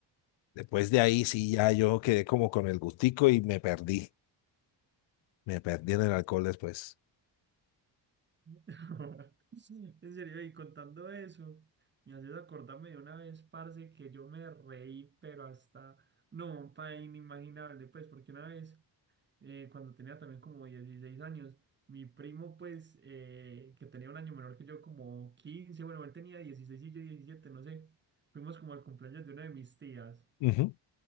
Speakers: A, on the left; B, on the right.
A: Después de ahí sí ya yo quedé como con el gustico y me perdí. Me perdí en el alcohol después.
B: <laughs> En serio, y contando eso, me haces acordarme de una vez, parce, que yo me reí, pero hasta, no, pa, inimaginable, pues, porque una vez eh, cuando tenía también como 16 años. Mi primo, pues, eh, que tenía un año menor que yo, como quince bueno, él tenía 16 y yo diecisiete no sé. Fuimos como al cumpleaños de una de mis tías.
A: Ujú.